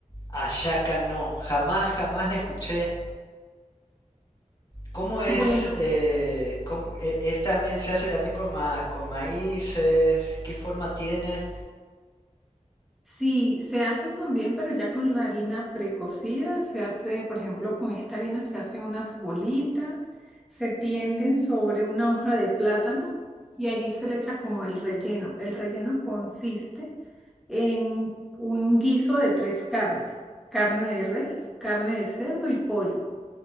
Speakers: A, on the left; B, in the centre.
A: Hallaca no, jamás, jamás la escuché. ¿Cómo es?
B: Bueno.
A: eh, cómo- e- es también, ¿se hace también con, ma- con maíces? ¿Qué forma tiene?
B: Sí, se hace también, pero ya con la harina precocida, se hace, por ejemplo, con esta harina se hacen unas bolitas, se tienden sobre una hoja de plátano y allí se le echa como el relleno. El relleno consiste en un guiso de tres carnes, carne de res, carne de cerdo y pollo.